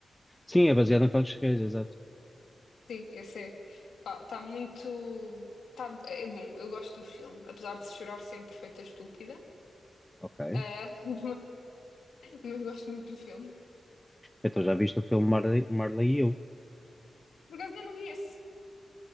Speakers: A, in the centre; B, on the left.
A: Sim, é baseado em factos reais, exato.
B: Sim, esse é. Pá, está muito. Tá, é bom, eu gosto do filme. Apesar de chorar sempre feita estúpida.
A: Ok.
B: Ah, <laughs> mas, mas gosto muito do filme.
A: Então já viste o filme Marley, Marley e eu.
B: Por acaso ainda não vi esse.